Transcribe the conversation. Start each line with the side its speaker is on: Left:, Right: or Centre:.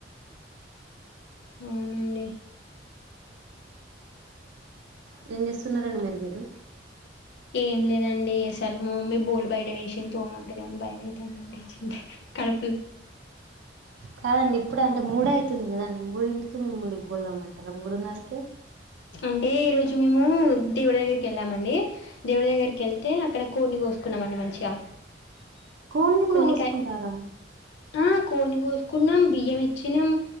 Left: అవునండి
Right: ఏం చేస్తున్నారండి మీరు మీరు
Left: ఏం లేదండి అసలు మా మమ్మీ బోకులు బయట వేసు తోము అంటాదేమోనని బయమైతదండీ కడుపు
Right: కాదండి ఇప్పుడంటే మూడైతుంది కదండి మూడింటికి మిమ్ముల్ని బోన్లుతోమంటారా మూడున్నరకే
Left: అంటే ఈ రోజు మేము దేవుడు దగ్గరికి వెళ్ళామండి దేవుడి దగ్గరకెళ్తే అక్కడ కోడ్ని కోసుకున్నామండి మంచిగా
Right: కోడ్నీ కూడా
Left: కోనికాయ
Right: కోసుకుంటారా
Left: ఆ కోడ్ని కోసుకున్నాం బియ్యమిచ్చినం